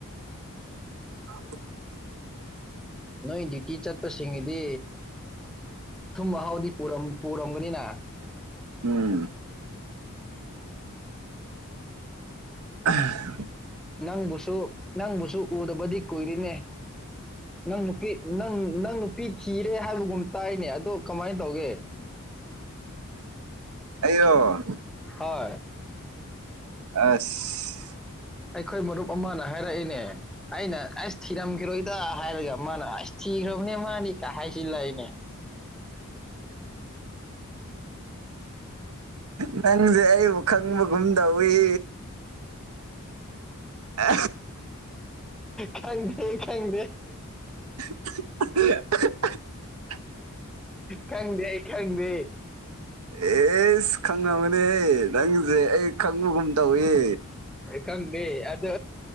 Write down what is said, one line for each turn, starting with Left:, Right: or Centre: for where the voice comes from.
Right: ꯃꯥ
Centre: ꯅꯣꯏ ꯗꯌꯇꯤ ꯆꯠꯄꯁꯤꯡꯒꯤꯗꯤ ꯊꯨꯝꯕ ꯍꯥꯎꯗꯤ ꯄꯨꯔꯝꯒꯅꯤꯅ
Right: ꯎꯝ ꯎ
Centre: ꯅꯪꯕꯨꯁꯨ ꯅꯪꯕꯨꯁꯨ ꯎꯗꯕꯗꯤ ꯀꯨꯏꯔꯤꯅꯦ ꯅꯪ ꯅꯨꯄꯤ ꯅꯪ ꯅꯪ ꯅꯨꯄꯤ ꯊꯤꯔꯦ ꯍꯥꯏꯕꯒꯨꯝ ꯇꯥꯏꯅꯦ ꯑꯗꯣ ꯀꯃꯥꯏꯅ ꯇꯧꯒꯦ
Right: ꯑꯩꯔꯣ
Centre: ꯍꯣꯏ
Right: ꯑꯁ
Centre: ꯑꯩꯈꯣꯏ ꯃꯔꯨꯞ ꯑꯃꯅ ꯍꯥꯏꯔꯛꯏꯅꯦ ꯑꯩꯅ ꯑꯁ ꯊꯤꯔꯝꯈꯤꯔꯣ ꯗ ꯍꯥꯏꯔꯒ ꯃꯥꯅ ꯑꯁ ꯊꯤꯈ꯭ꯔꯕꯅꯦ ꯃꯥꯅꯤ ꯀ ꯍꯥꯏꯁꯤꯂꯏꯅꯦ
Right: ꯅꯪꯁꯦ ꯑꯩꯕꯨ ꯈꯪꯕꯒꯨꯝ ꯇꯧꯏ ꯑ
Centre: ꯈꯪꯗꯦ ꯈꯪꯗꯦ
Right: <unintelligible>
Centre: ꯊꯪꯗꯦ ꯈꯪꯗꯦ
Right: ꯑꯦꯁ ꯈꯪꯅꯕꯅꯦꯍ ꯅꯪꯁꯦ ꯑꯩ ꯈꯪꯕꯒꯨꯝ ꯇꯧꯏ
Centre: ꯀꯝꯗꯤ ꯑꯗ